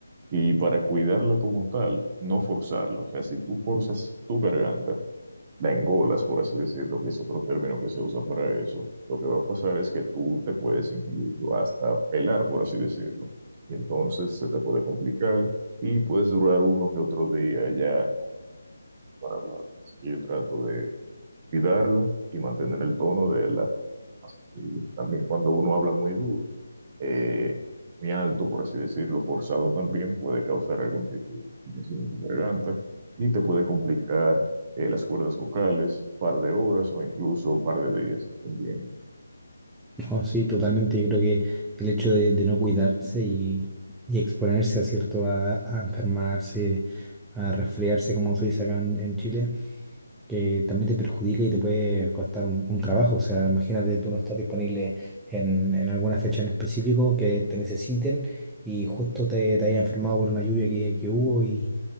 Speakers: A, on the right; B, in the centre.
A: Y para cuidarla como tal, no forzarla. O sea, si tú forzas tu garganta, la engolas, por así decirlo, que es otro término que se usa para eso, lo que va a pasar es que tú te puedes incluso hasta pelar, por así decirlo. Y entonces se te puede complicar y puedes durar uno que otro día ya para hablar. Así que yo trato de cuidarla y mantener el tono de la más posible. También cuando uno habla muy duro, eh, muy alto, por así decirlo, forzado también, puede causar algún tipo de irritación en tu garganta y te puede complicar eh, las cuerdas vocales, par de horas o incluso par de días, dependiendo.
B: No, sí, totalmente. Yo creo que el hecho de, de no cuidarse y, y exponerse a cierto a, a enfermarse, a resfriarse, como se dice acá en en Chile. que también te perjudica y te puede costar un, un trabajo. O sea, imagínate, tú no estás disponible en, en alguna fecha en específico que te necesiten y justo te, te hayas enfermado por una lluvia que, que hubo y,